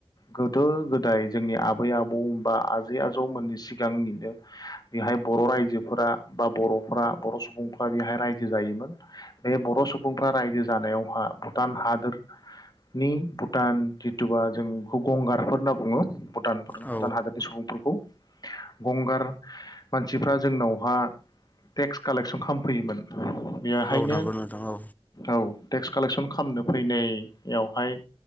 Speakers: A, on the left; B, on the left.
A: गोदो गोदाय जोंनि आ बै आबौ होनबा आजै आजौमोननि सिगांनिनो बेहाय बर' राय जोफोरा बा बर'फ्रा बर' सुबुंफ्रा बेहाय। रायजो जायोमोन बे बर' सुबुंफ्रा रायजो जानायावहा भुटान हादोर। नि भुटान जिथुबा जों गंगारफोर होनना बुङो भुटानफोर।
B: औ
A: भुटान हादोरनि सुबुंफोरखौ। गंगार मानसिफ्रा जोंनावहा टेक्स कालेकसन खालामफैयोमोन। बेहायनो।
B: औ नंगौ नोंथां औ
A: औ टेक्स कालेकस'न खामनो फैनायावहाय।